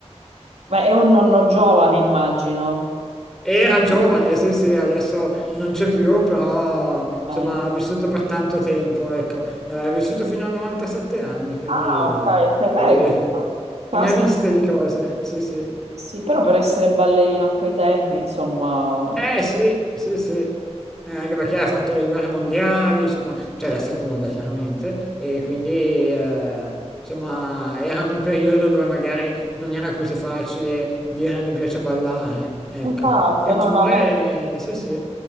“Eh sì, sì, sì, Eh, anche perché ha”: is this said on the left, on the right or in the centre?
Centre